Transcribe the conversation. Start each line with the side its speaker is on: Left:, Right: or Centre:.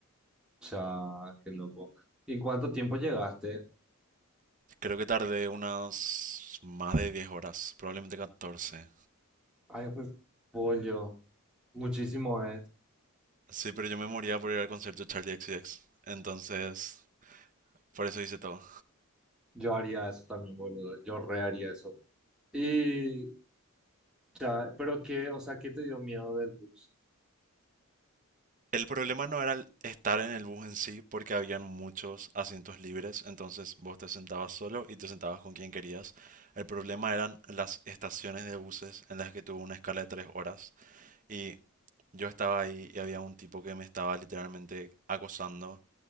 Centre: O sea, qué loco. ¿Y en cuánto tiempo llegaste?
Right: Creo que tardé unas más de 10 horas, probablemente catorce
Centre: Ay, pues, pollo. Muchísimo es.
Right: Sí, pero yo me moría por ir al concierto de Charlie X C X Entonces, por eso hice todo.
Centre: Yo haría eso también, boludo. Yo re haría eso. Y ya, pero qué, o sea, ¿qué te dio miedo del bus?
Right: El problema no era el estar en el bus en sí, porque habían muchos asientos libres, entonces vos te sentabas solo y te sentabas con quien querías. El problema eran las estaciones de buses en las que tuvo una escala de tres horas y Yo estaba ahí y había un tipo que me estaba literalmente acosando